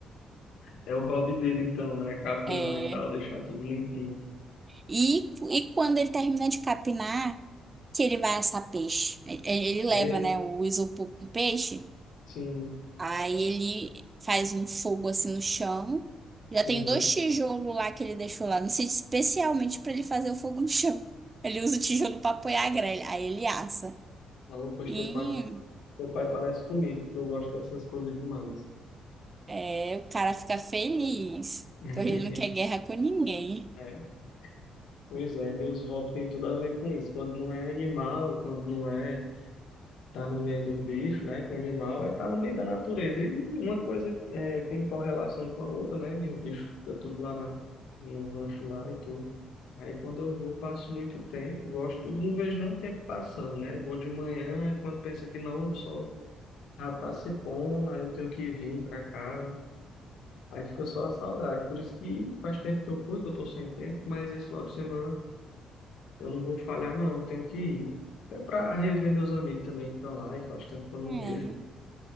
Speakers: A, on the left; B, on the right.
A: é o hobby dele então, né? Capinar
B: É.
A: e tal, deixar tudo limpinho.
B: E, e quando ele termina de capinar, que ele vai assar peixe. Ele, ele
A: É,
B: leva, né, o isopor com peixe,
A: sim.
B: aí ele faz um fogo assim no chão. Já
A: Uhum.
B: tem dois tijolos lá que ele deixou lá, não sei, especialmente para ele fazer o fogo no chão. <laughs> Ele usa o tijolo para apoiar a grelha, aí ele assa.
A: Alô, pois
B: E
A: teu pai, teu pai parece comigo, porque eu gosto dessas coisas demais.
B: é, o cara fica feliz,
A: <laughs>
B: porque ele não quer guerra com ninguém.
A: É. Pois é, meus hobbies têm tudo a ver com isso. Quando não é animal, quando não é tá no meio do bicho, né? Com animal, é tá no meio da natureza. E uma coisa é, tem correlação com a outra, né? E o bicho fica tudo lá na, no rancho lá e tudo. Aí quando eu vou, passo muito tempo, gosto tudo, não vejo nem o tempo passando, né? Vou de manhã, quando pensa que não, o sol já tá se pondo, aí eu tenho que vir para casa. Aí fica só a saudade. Por isso que faz tempo que eu fui, que eu tô sem tempo, mas esse final de semana. Eu não vou falhar, não. Eu tenho que ir. Até para rever meus amigos também que estão lá e faz tempo que eu não
B: É.
A: vejo,